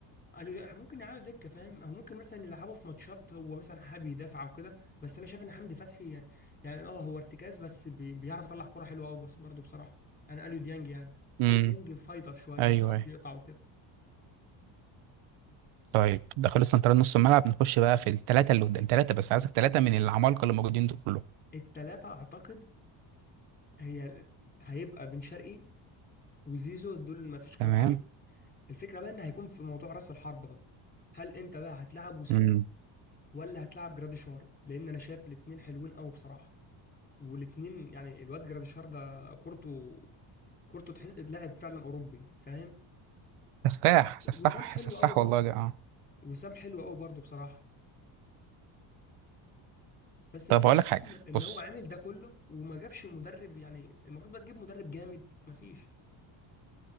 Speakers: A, on the left (about 20°); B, on the right (about 85°).
A: قالوا لا، ممكن يقعدوا دكة فاهم او ممكن مثلا يلعبوا في ماتشات هو مثلا حابب يدافع او كده بس انا شايف ان حمدي فتحي يعني, يعني اه هو ارتكاز بس بي بيعرف يطلع كرة حلوة قوي بس برضه بصراحة يعني قالوا ديانج يعني
B: امم
A: قالوا ديانج فايتر شوية
B: ايوى
A: بيعرف
B: ايوه
A: يقطع وكده
B: طيب ده خلص انت نص الملعب نخش بقى في الثلاثه اللي قدام ثلاثه بس عايزك ثلاثه من العمالقه اللي موجودين دول كلهم
A: التلاتة اعتقد هي هيبقى بن شرقي وزيزو دول ما فيش خلاف
B: تمام
A: عليهم الفكرة بقى ان هيكون في موضوع راس الحربة ده هل انت بقى هتلعب وسام
B: امم
A: ولا هتلعب جراديشار لان انا شايف الاتنين حلوين قوي بصراحة والاتنين يعني الواد جراديشار ده كورته كورته تحس لاعب فعلا اوروبي فاهم
B: سفاح
A: بس
B: سفاح
A: وسام حلو
B: سفاح
A: قوي برضه
B: والله ده اه
A: وسام حلو قوي برضه بصراحة بس
B: طب
A: الفكرة
B: اقول لك
A: بقى
B: حاجه
A: ان إن
B: بص
A: هو عامل ده كله وما جابش مدرب يعني المفروض بقى تجيب مدرب جامد مفيش